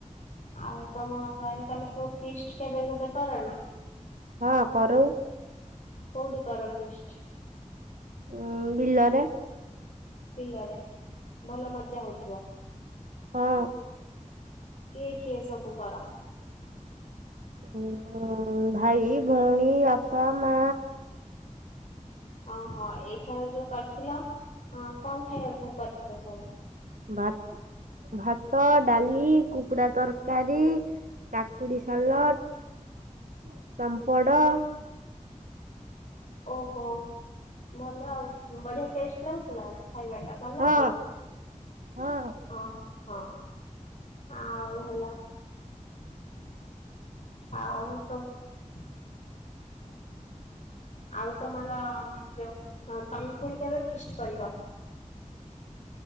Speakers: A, on the left (about 60°); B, on the right (about 80°).
A: ଆଉ ତମ ଘରେ ତମେ ସବୁ ଫିଷ୍ଟ କେବେ କେବେ କର ନା?
B: ହଁ କରୁ।
A: କଉଠିି କର ଫିଷ୍ଟ୍?
B: ଉଁ ବିଲରେ।
A: ବିଲରେ ଭଲ ମଜା ହଉଥିବ।
B: ହଁ।
A: କିଏ କିଏ ସବୁ କର?
B: ହୁଁ ଭାଇ, ଭଉଣୀ, ବାପା, ମା।
A: ଓ ହୋ ଏଇଥର ଯୋଉ କରିଥିଲ‌ କଣ ଖାଇବାକୁ କରିଥିଲ ସବୁ?
B: ଭାତ୍ ଭାତ, ଡାଲି, କୁକୁଡ଼ା ତରକାରୀ କାକୁଡ଼ି ସାଲାଡ଼ ପାମ୍ପଡ।
A: ଓ ହୋ‌ ଭଲ ଆଉ। ବଢ଼ିଆ ଟେଷ୍ଟ୍ ଲାଗୁଥିଲା ନା ଖାଇବାଟା ଭଲ ଲାଗୁଥିଲା?
B: ହଁ ହଁ।
A: ଓ ହୋ ଆଉ ଭଲ। ଆଉ ସବୁ ଆଉ ତମର ଯୋଉ ହଁ ତମେ ପୁଣି କେବେ ଫିଷ୍ଟ୍ କରିବ?